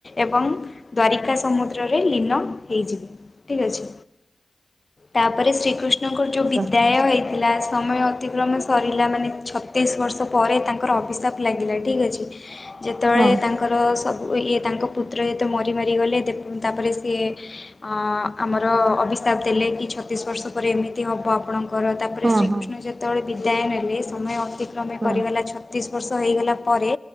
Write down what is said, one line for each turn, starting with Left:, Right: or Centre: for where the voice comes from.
Left: ଏବଂ ଦ୍ୱାରିକା ସମୁଦ୍ରରେ ଲୀନ ହେଇଯିବେ। ଠିକ୍ ଅଛି। ତାପରେ ଶ୍ରୀକୃଷ୍ଣଙ୍କର ଯୋଉ
Right: ଆଛା
Left: ବିଦ୍ୟାାୟ ହେଇଥିଲା, ସମୟ ଅତିକ୍ରମ ସରିଲା। ମାନେ ଛତିଶ ବର୍ଷ ପରେ, ତାଙ୍କର ଅଭିଶାପ ଲାଗିଲା ଠିକ୍ ଅଛି। ଯେତେବେଳେ
Right: ହଁ
Left: ତାଙ୍କର ସବୁ ଇଏ ତାଙ୍କ ପୁତ୍ର ଯେତେ ମରି ମାରିଗଲେ ତାପରେ ସିଏ ଅ ଆମର ଅଭିଶାପ ଦେଲେ କି ଛତିଶ ବର୍ଷ ପରେ ଏମିତି ହବ ଆପଣଙ୍କ କର ତାପରେ
Right: ହଁ
Left: ଶ୍ରୀକୃଷ୍ଣ
Right: ହଁ
Left: ଯେତେବେଳେ ବିଦାୟନ ନେଲେ ସମୟ ଅତିକ୍ରମେ
Right: ହଁ
Left: କରିଗଲା ଛତିଶ ବର୍ଷ ହେଇଗଲା ପରେ।